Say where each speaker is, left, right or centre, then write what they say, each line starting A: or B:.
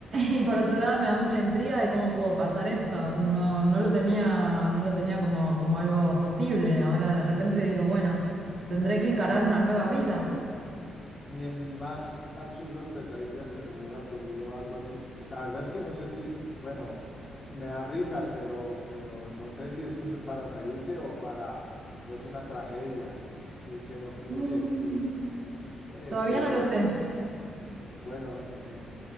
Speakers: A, on the right; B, on the left.
A: Y por otro lado me da mucha intriga de cómo pudo pasar esto. No, no lo tenía, no lo tenía como, como algo posible. Ahora de repente digo, bueno,
B: No,
A: tendré
B: yo.
A: que encarar una nueva vida.
B: Ni en mis más absurdas pesadillas se me hubiera ocurrido algo así. La verdad es que no sé si, bueno, me da risa, pero, pero no sé si es un, para reírse o para, o es una tragedia. Eh, se me, ocu-
A: Mm,
B: oye, y este,
A: todavía no lo sé.
B: bueno, eh,